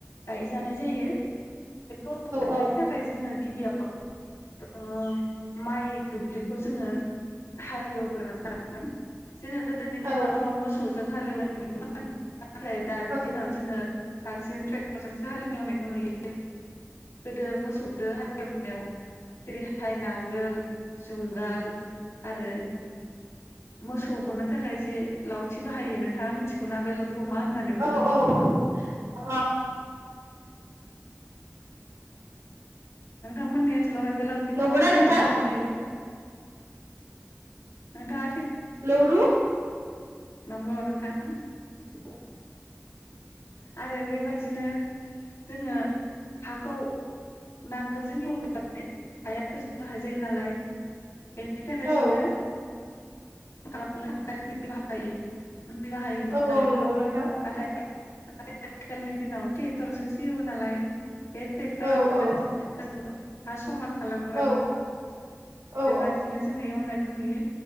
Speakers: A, on the left; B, on the right.
A: गायजानाय जायो बेखौ गायनो
B: औ
A: थाखाय जोङो गिबियाव ओ माइ दुब्लिखौ जोङो हालेवग्रोना लानांगोन जोङो गोदोनि दिनाव
B: औ
A: मोसौजों हालेवनायमोन नाथाय दानि
B: औ
A: दिनाव जोङो बांसिन ट्रेक्टरजोंसो हालेवनायखौ नुयो गोदो मोसौ जों हालेव नायाव जेरैहाय नांगोल जुंगाल आरो मोसौ बोनो थाखाय जे लावथि बाहायो नोंथाङा मिथिगौना बे लावथिखौ मा होननानै
B: औ
A: बुङो
B: औ अ
A: नोंथांमोननि ओ नसोलावहाय बे लावथिखौ
B: नंगौना
A: मा होननानै
B: नोंथां
A: बुंनाय जायो नोंथां
B: लौरु
A: नंगौ नोंथां
B: <inaudible>
A: आरो बेबादिनो जोङो हाखौ नांगोलजों एवब्लाथाय हाया गोजौनो हाय जायो नालाय बेनि थाखाय
B: औ
A: जोङो खालामायो <unintelligible> बाहायोमोन
B: औ
A: आरो
B: औ नंगौ नोंथां
A: नाथाय नाथाय आथिखालनि दिनाव ट्रेक्टरजोंसो एवो नालाय <unintelligible>
B: औ औ
A: हा समान खालामग्राबो
B: औ औ
A: बेबायदिनो जोङो एवनाय नुयो